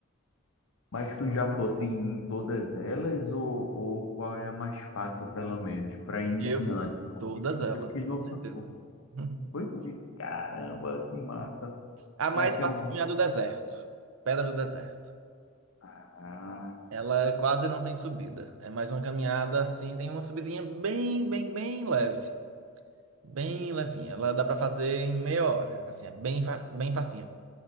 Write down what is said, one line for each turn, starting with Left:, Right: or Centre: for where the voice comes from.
Left: mas tu já fosse em todas elas ou, ou qual é a mais fácil, pelo menos, para iniciante?
Right: E eu fui.
Left: Porque
Right: Todas elas,
Left: eu que nunca
Right: com certeza.
Left: fui.
Right: <laughs>
Left: Foi? Caramba, que massa.
Right: A mais
Left: Mas tem
Right: facinha
Left: alguma.
Right: é a do deserto. Pedra do deserto.
Left: Ah,
Right: Ela quase não tem subida. É mais uma caminhada assim, tem uma subidinha bem, bem, bem leve. Bem levinha. Ela dá pra fazer em meia hora. Assim, é bem, fa- bem facinho.